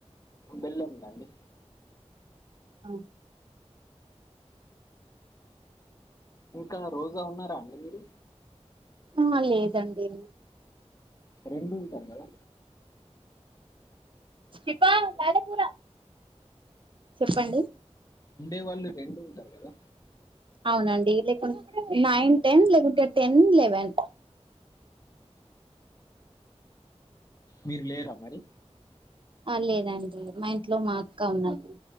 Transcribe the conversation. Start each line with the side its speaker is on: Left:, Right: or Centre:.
Left: బెల్లాం దండి
Right: ఆ
Left: ఇంకా రోజా ఉన్నారా అండి మీరు
Right: ఆ లేదండి
Left: రెండు ఉంటారు కదా
Right: ఇప్ప అద పూరా చెప్పండి
Left: ఉండే వాళ్ళు రెంూ ఉంటారు కదా
Right: అవునండి లేకుంటే నైన్ టెన్ లేకుంటే టెన్ లెవెన్
Left: మీరు లేరా మరి
Right: ఆ లేదండి మా ఇంట్లో మా అక్క ఉన్నది